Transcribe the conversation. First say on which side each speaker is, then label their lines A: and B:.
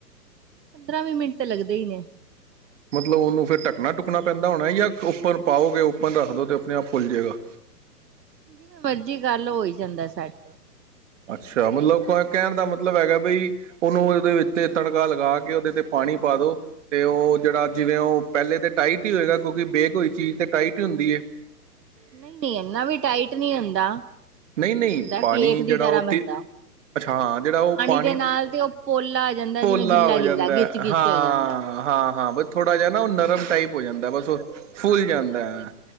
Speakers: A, on the right (about 80°); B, on the right (about 45°).
A: ਪੰਦਰਾਂ ਵੀ ਮਿੰਟ ਤੇ ਲੱਗਦੇ ਹੀ ਨੇ।
B: ਮਤਲਬ ਉਹਨੂੰ ਫਿਰ ਢਕਣਾ ਢੁੱਕਣਾ ਪੈਂਦਾ ਹੋਣਾ ਜਾਂ ਉੱਪਰ ਪਾਓਗੇ। ਉੱਪਰ ਰੱਖ ਦੋ ਤੇ ਆਪਣੇ ਆਪ ਫੁਲ ਜਾਏਗਾ।
A: ਜਿਵੇਂ ਮਰਜੀ ਕੱਲ ਹੋ ਹੀ ਜਾਂਦਾ ਸੈੱਟ
B: ਅੱਛਾ ਮਤਲਬ ਕਹਿਣ ਦਾ ਮਤਲਬ ਹੈਗਾ ਬਈ ਉਹਨੂੰ ਉਹਦੇ ਵਿੱਚਤੇ ਤੜਕਾ ਲਗਾ ਕੇ ਉਹਦੇ ਤੇ ਪਾਣੀ ਪਾ ਦੋ ਤੇ ਉਹ ਜਿਹੜਾ ਜਿਵੇਂ ਉਹ ਪਹਿਲੇ ਤਾਂ ਟਾਈਟ ਹੀ ਹੋਏਗਾ ਕਿਉਂਕਿ ਬੇਕ ਹੋਈ ਚੀਜ਼ ਤੇ ਟਾਈਟ ਹੀ ਹੁੰਦੀ ਏ।
A: ਨਹੀਂ -ਨਹੀਂ ਇੰਨਾ ਵੀ ਟਾਈਟ ਨਹੀਂ ਹੁੰਦਾ।
B: ਨਹੀਂ
A: ਠੀਕ
B: -ਨਹੀਂ
A: ਹੁੰਦਾ
B: ਪਾਣੀ
A: ਕੇਕ
B: ਜਿਹੜਾ
A: ਦੀ ਤਰ੍ਹਾਂ
B: ਉਹ
A: ਬਣਦਾ
B: ਤੇ ਅੱਛਾ ਹਾਂ ਜਿਹੜਾ ਉਹ ਪਾਣੀ
A: ਦੇ ਨਾਲ ਤੇ ਉਹ ਪੋਲਾ ਆ ਜਾਂਦਾ
B: ਪੋਲਾ
A: ਜਿਵੇਂ ਗਿੱਲਾ
B: ਹੋ
A: ਗਿੱਲਾ
B: ਜਾਂਦਾ
A: ਗਿੱਚ
B: ਐ
A: ਗਿੱਚ
B: ਹਾਂ।
A: ਹੋ ਜਾਂਦਾ
B: ਹਾਂ ਬਸ ਥੋੜਾ ਜਿ ਨਾ ਉਹ ਗ ਟਾਈਪ ਹੋ ਜਾਂਦਾ ਬਸ ਉਹ ਫੁੱਲ ਜਾਂਦਾ ਹੈ